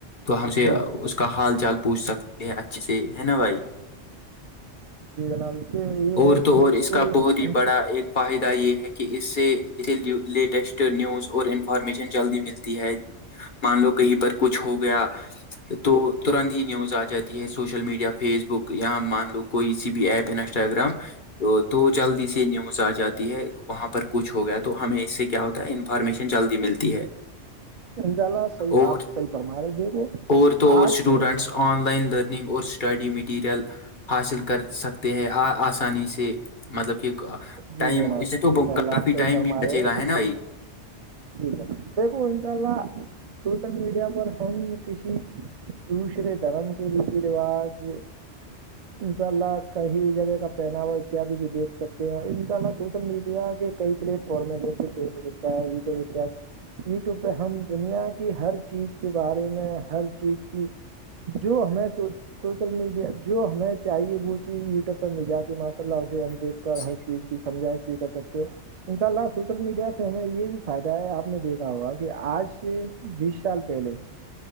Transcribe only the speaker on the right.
جی جناب
جی جناب سے یہ
ہے
کہ
کوئی
ہم
انشاء اللہ صحیح
آپ صحیح فرما رہے دیکھو
آج
جی
جناب
ان شاء
اللہ آپ صحیح
فرما
رہے
ہو
جی جناب دیکھو انشاء اللہ سوشل میڈیا پر ہم کسی دوسرے دھرم کے ریتی رواج انشاء اللہ کئی جگہ کا پہناوا اتیاد بھی دیکھ سکتے ہیں ان شاءلہ سوشل میڈیا کے کئی پلیٹ فارم ہے جیسے فیس بکس وٹیوب یوٹیوب پہ ہم دنیا کی ہر چیز کے بارے میں ہر چیز کی جو ہمیں سوشل میڈیا جو ہمیں چاہیے وہ چیز یوٹیوب پر مل جاتی ہے ان اللہ سے ہم
دیکھ
کر
ہر چیز کی سمجائش بھی کر سکتے ہیں ان شاء اللہ سوشل میڈیا سے ہمیں یہ بھی فائدہ ہے آپ نے دیکھا ہوگا کہ آج سے بیس سال پہلے